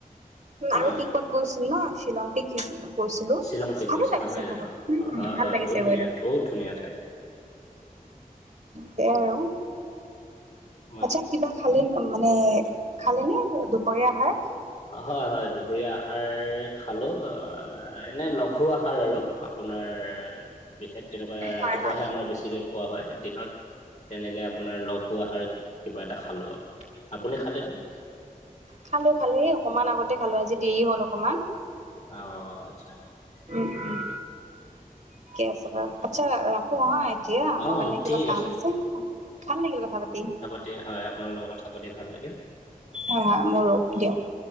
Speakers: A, on the right; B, on the left.
A: আৰু
B: অ
A: পিকত গৈছিল ন শ্বিলং পিক গৈছিলো
B: শ্বিলং পিক
A: ভালেই
B: গৈছে
A: লাগিছে
B: নহয় জানো?
A: বহুত উম
B: হয়
A: ভাল
B: হয়
A: লাগিছে
B: বহুত ধুনীয়া
A: গৈ তাতে
B: বহুত ধুনীয়া ঠাই।
A: তে' আৰু
B: মই
A: আচ্ছা কিবা খালি উম মানে, খালেনে দুপৰীয়া আহাৰ?
B: অ', হয় হয়। দুপৰীয়া আহাৰ খালোঁ আ', এনে লঘু আহাৰ আৰু আপোনাৰ বিশেষ তেনেকুৱাই ৰাতিপুৱাহে
A: হয় হয়
B: আমাৰ বেছিকে খোৱা হয়। দিনত, তেনেকে আপোনাৰ লঘু আহাৰ কিবা এটা খালোঁ আৰু। আপুনি খালে নে?
A: খালোঁ খালোঁ, এই অকমান আগতে খালোঁ। আজি দেৰি হ'ল অকমান।
B: আ অ', আচ্ছা।
A: উম উম, ঠিকে আছে বাৰু আচ্ছা ৰাখ থওঁ হা এতিয়া,
B: অ'
A: মোৰ মানে
B: ঠিক
A: কিবা কাম আছে। ভাল লাগিল কথা পাতি।
B: তে হয়, আপোনাৰ লগত কথা পাতি ভাল লাগিল।
A: হয়, মোৰো দিয়ক